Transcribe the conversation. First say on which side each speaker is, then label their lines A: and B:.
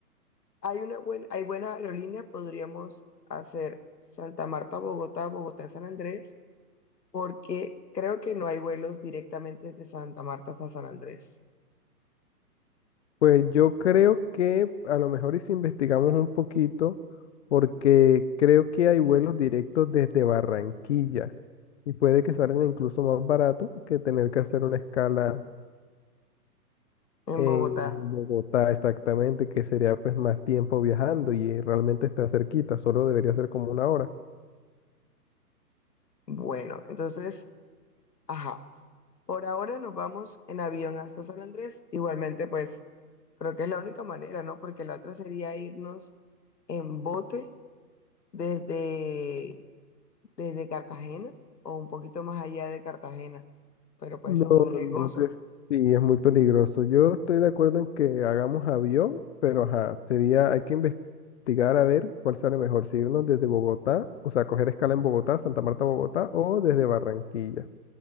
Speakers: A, on the left; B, on the left.
A: hay una buena, hay buena aerolínea, podríamos hacer Santa Marta, Bogotá, Bogotá, San Andrés, porque creo que no hay vuelos directamente de Santa Marta hasta San Andrés
B: Pues yo creo que a lo mejor y si investigamos un poquito, porque creo que hay vuelos directos desde Barranquilla y puede que salgan incluso más barato que tener que hacer una escala
A: en
B: En
A: Bogotá.
B: Bogotá, exactamente, que sería pues más tiempo viajando y eh, realmente está cerquita, solo debería ser como una hora.
A: Bueno, entonces... Ajá. Por ahora nos vamos en avión hasta San Andrés. Igualmente, pues creo que es la única manera, ¿no? Porque la otra sería irnos en bote desde, desde Cartagena o un poquito más allá de Cartagena. Pero pues
B: No,
A: eso es muy riesgoso.
B: en bote sí, es muy peligroso. Yo estoy de acuerdo en que hagamos avión, pero ajá, sería, hay que investigar a ver cuál sale mejor, si irnos desde Bogotá, o sea, coger escala en Bogotá, Santa Marta, Bogotá, o desde Barranquilla.